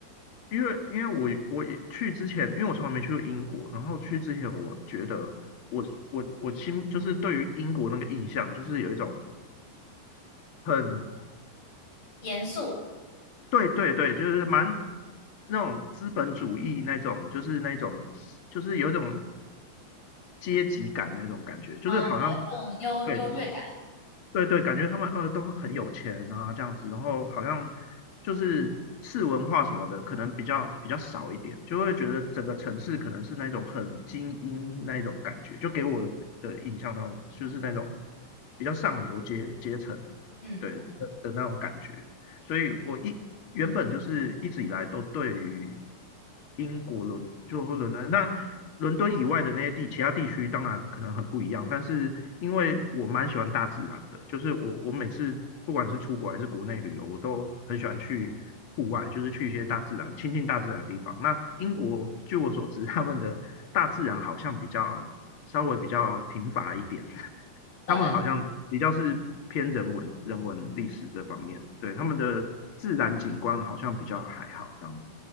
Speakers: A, on the left; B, on the left.
A: 因为因为我我去之前，因为我从来没去过英国，然后去之前，我觉得我我我心就是对于英国那个印象，就是有一种很
B: 严肃
A: 对对对，就是蛮那种资本主义那种，就是那种就是有一种阶级感那种感觉，就是好像
B: 啊，有一种优优越感，
A: <laughs> 对对对，感觉他们呃都很有钱啊，这样子，然后好像就是市文化什么的，可能比较比较少一点，就会觉得整个城市可能是那种很精英那一种感觉，就给我的印象那种就是那种比较上流阶阶层，
B: 嗯，
A: 对的的那种感觉。所以我一原本就是一直以来都对于英国伦就或伦敦，那伦敦以外的那些地其他地区当然可能很不一样，但是因为我蛮喜欢大自然的，就是我我每次不管是出国还是国内旅游，我都很喜欢去户外，就是去一些大自然亲近大自然的地方。那英国据我所知，他们的大自然好像比较稍微比较贫乏一点，
B: 对，
A: 他们好像比较是偏人文、人文历史这方面，对，他们的自然景观好像比较还好这样子，